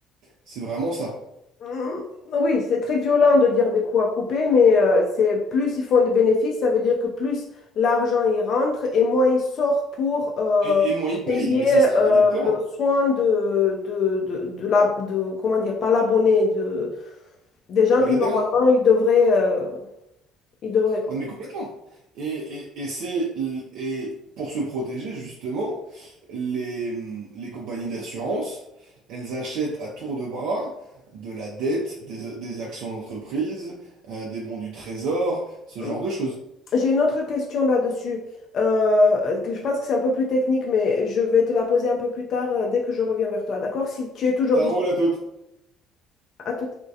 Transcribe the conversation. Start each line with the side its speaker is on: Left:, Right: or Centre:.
Right: C'est vraiment ça.
Left: Hum, Oui, c'est très violent de dire des coups à couper, mais euh, c'est plus ils font de bénéfices, ça veut dire que plus l'argent y rentre et moins il sort pour euh,
Right: Et, et moins ils
Left: payer
Right: payent, mais c'est ça,
Left: euh,
Right: exactement.
Left: le soin de, de, de, de la, de- comment dire, pas l'abonné, de, des gens
Right: De
Left: qui
Right: l'adhérent.
Left: normalement ils devraient, euh, ils devraient, quoi.
Right: Non, mais complètement. Et, et, et c'est, et pour se protéger, justement, les, les compagnies d'assurance, elles achètent à tour de bras de la dette, des, des actions d'entreprise, euh, des bons du trésor, ce
Left: Mmh.
Right: genre de choses.
Left: J'ai une autre question là-dessus, euh, que je pense que c'est un peu plus technique, mais je vais te la poser un peu plus tard, euh, dès que je reviens vers toi, d'accord? Si tu es toujours
Right: Ça
Left: disponible.
Right: roule à toutes.
Left: À tout